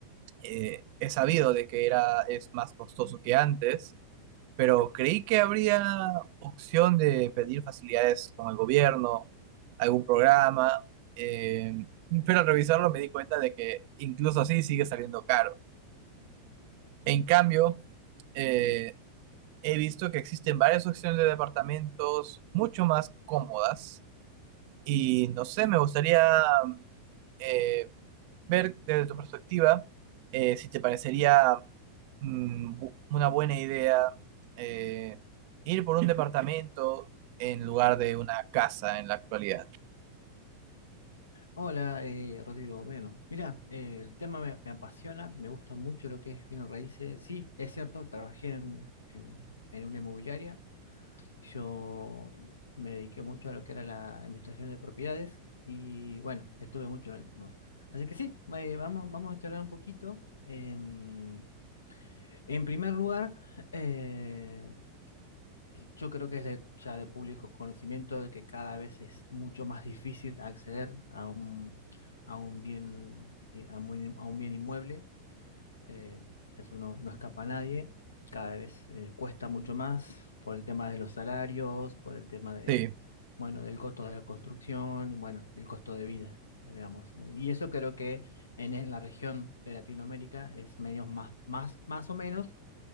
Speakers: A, on the right (about 45°); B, on the left (about 70°).
A: eh, he sabido de que era, es más costoso que antes, pero creí que habría opción de pedir facilidades con el gobierno, algún programa, eh, pero al revisarlo me di cuenta de que incluso así sigue saliendo caro. En cambio, eh, he visto que existen varias opciones de departamentos mucho más cómodas y no sé, me gustaría eh, ver desde tu perspectiva eh, si te parecería mm, bu- una buena idea eh, ir por un departamento en lugar de una casa en la actualidad.
B: Hola, eh, Rodrigo. Bueno, mira, eh, el tema me, me apasiona, me gusta mucho lo que es bienes raíces. Sí, es cierto, trabajé en, en- en una inmobiliaria. Yo me dediqué mucho a lo que era la administración de propiedades y bueno, estuve mucho en el tema. Así que sí, eh, vamos, vamos a charlar un poquito. Em, en primer lugar, eh, y Yo creo que es de- ya de público conocimiento de que cada vez es mucho más difícil acceder a un, a un bien, eh, a muy- a un bien inmueble. Eh, eso no, no escapa a nadie. Cada vez eh, cuesta mucho más por el tema de los salarios, por el tema de,
A: Sí,
B: bueno, del costo de la construcción y bueno, el costo de vida, eh, digamos. Eh, Y eso creo que en, en la región de Latinoamérica es medio más, más, más o menos